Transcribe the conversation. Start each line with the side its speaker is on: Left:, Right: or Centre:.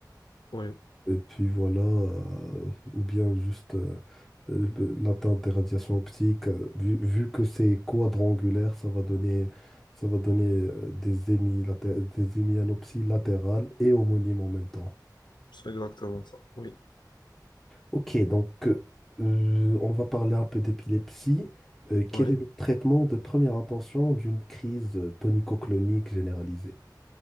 Left: oui,
Centre: Et puis voilà, euh, ou bien juste euh, euh, le- l'atteinte des radiations optiques, euh, vu, vu que c'est quadrangulaire, ça va donner, ça va donner euh, des émis, laté- des hémianopsies latérales et homonymes en même temps.
Left: c'est exactement ça. Oui,
Centre: Ok, donc euh, euh, on va parler un peu d'épilepsie. Euh, quel
Left: oui,
Centre: est le traitement de première intention d'une crise euh, tonico-clonique généralisée?